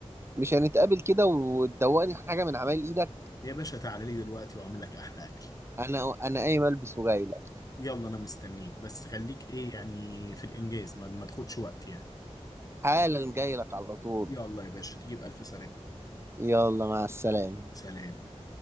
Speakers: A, on the right; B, on the left.
A: مش هنتقابل كده وتدوقني حاجة من عمايل ايدك
B: يا باشا تعالى لي دلوقتي واعمل لك احلى اكل
A: انا انا قايم البس وجاي لك
B: يلا انا مستنيك بس خليك ايه يعني في الانجاز ما, ما تاخدش وقت يعني
A: حالا جاي لك على طول
B: يلا يا باشا تيجي بألف سلامة
A: يلا مع السلامة
B: سلام